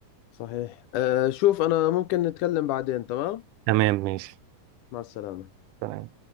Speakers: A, on the left; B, on the right.
A: صحيح أه شوف انا ممكن نتكلم بعدين تمام
B: تمام ماشي
A: مع السلامة
B: تمام